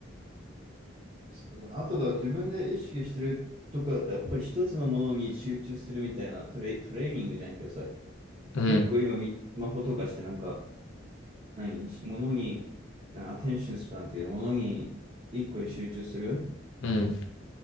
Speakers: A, on the right; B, on the left.
A: すごいあとだ、自分で意識してるとかってやっぱり一つのものに集中するみたいなトレ、トレーニングじゃないけどさ、
B: うん、
A: 結構今みんなスマホとかしてなんか、何、ものに、アテンションスパンっていうものに一個に集中する、
B: うん。